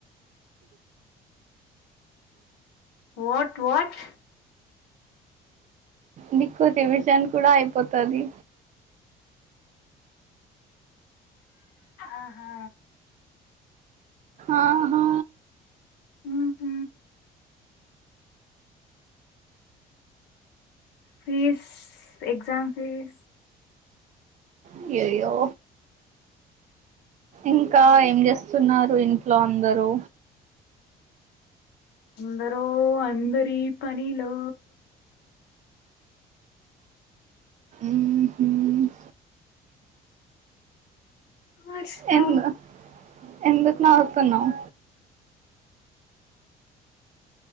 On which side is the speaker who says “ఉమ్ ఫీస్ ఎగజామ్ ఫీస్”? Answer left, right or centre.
Left